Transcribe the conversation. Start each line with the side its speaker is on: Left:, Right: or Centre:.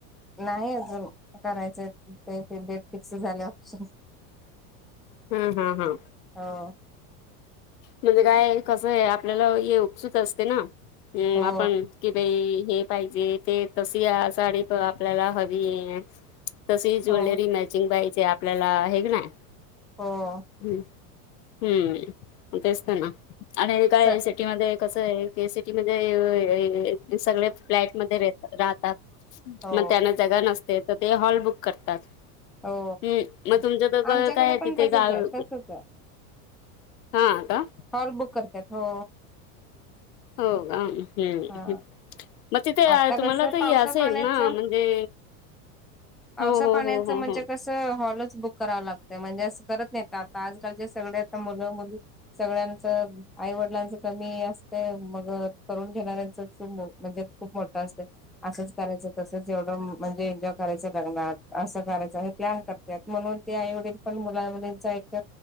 Centre: नाही अजून करायचंय. डेट फिक्स झाले ऑप्शन
Left: हम्म हम् हम
Centre: हो
Left: म्हणजे काय कस आहे आपल्याला हे उपसुत असते ना अ
Centre: हो
Left: आपण कि बाई हे पाहिजे ते तस साडी आपल्याला हवी आहे. तशी ज्वेलरी
Centre: हो
Left: मॅचिंग पाहिजे आपल्याला आहे की नाय
Centre: हो
Left: हम् हम्म तेस्तना आणि काय
Centre: स
Left: सिटी मध्ये कसं आहे की सिटी मध्ये सगळे फ्लॅट मध्ये र राहतात
Centre: हो
Left: मग त्यांना जगा नसते तर ते हॉल बुक करतात.
Centre: हो
Left: हम्म मग तुमचं तर गळ
Centre: आमच्याकडे
Left: काय आहे
Centre: पण
Left: तिथे
Centre: तसच
Left: गाळ
Centre: आहे तसच आहे
Left: हा अ का
Centre: हॉल बुक करतात हो.
Left: हो का हम्
Centre: हा
Left: मग तिथे
Centre: आता
Left: तुम्हाला
Centre: कसं
Left: तर
Centre: पावसा
Left: असेल
Centre: पाण्याचं
Left: ना म्हणजे
Centre: पावसा
Left: हो हो
Centre: पाण्याचं
Left: हो हो
Centre: म्हणजे
Left: हो
Centre: कस हॉलच बुक कराव लागतय म्हणजे असं करत नाही आता आजकालचे सगळे आ मुलं मुली सगळ्यांचं आई वडिलांच कमी असते मग करून घेणाऱ्यांच म्हणजे खूप मोठा असते असंच करायचं तसंच एवढं म्हणजे एन्जॉय करायचं लग्ना असं करायचं प्लॅन कर त्यात म्हणून ते आई वडील पण मुलांमंच आहेत